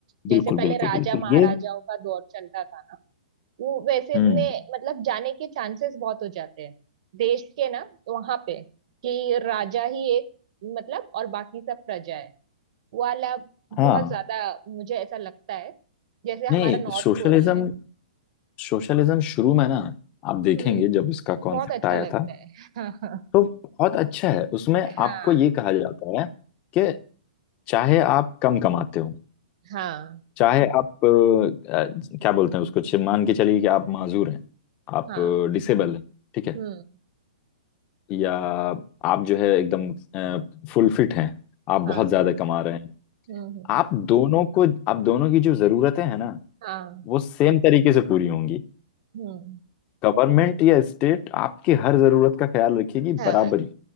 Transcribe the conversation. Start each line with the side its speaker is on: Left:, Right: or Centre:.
Right: जैसे
Left: बिल्कुल
Right: पहले
Left: बिल्कुल
Right: राजा
Left: बिल्कुल
Right: महाराजाओं
Left: ये
Right: का दौर चलता था ना वो वैसे
Left: हम्म
Right: में मतलब जाने के चांसेस बहुत हो जाते हैं देश के ना वहां पे कि राजा ही एक मतलब और बाकी सब प्रजा है वाला बहुत
Left: हाँ
Right: ज्यादा मुझे ऐसा लगता है जैसे हमारा
Left: नहीं
Right: नॉर्थ
Left: सोशलिज्म
Right: कोरिया है
Left: सोशलिज्म शुरू में ना आप देखेंगे
Right: हम्म
Left: जब इसका कॉन्सेप्ट
Right: बहुत अच्छा
Left: आया
Right: लगता
Left: था
Right: है <laughs>
Left: तो बहुत अच्छा है उसमें
Right: हाँ
Left: आपको ये कहा जाता है कि चाहे आप कम कमाते हो
Right: हाँ
Left: चाहे आप अ, अ, क्या बोलते हैं उसको चे- मान के चलिए कि आप माजूर हैं आप
Right: हाँ हाँ हाँ
Left: डिसेबल हैं ठीक है
Right: हम्म
Left: या आप जो है एकदम फुल फिट हैं आप बहुत
Right: हाँ
Left: ज्यादा कमा रहे हैं
Right: हम्म हम्म,
Left: आप दोनों को आप दोनों की जो जरूरतें हैं ना
Right: हाँ
Left: वो सेम तरीके से पूरी होंगी
Right: हम्म
Left: गवर्नमेंट या स्टेट आपकी हर जरूरत का ख्याल रखेगी
Right: सैलड
Left: बराबरी